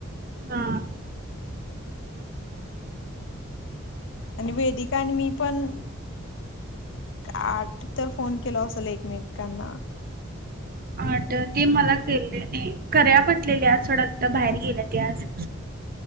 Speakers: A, on the right (about 45°); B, on the left (about 65°).
A: हा.
B: आणि वेदिका आणि मी पण आठ तर फोन केलो असेल एकमेकांना,
A: आठ ते मला केलेली करूया म्हटलेले आज थोड आता बाहेर गेल्या ती आज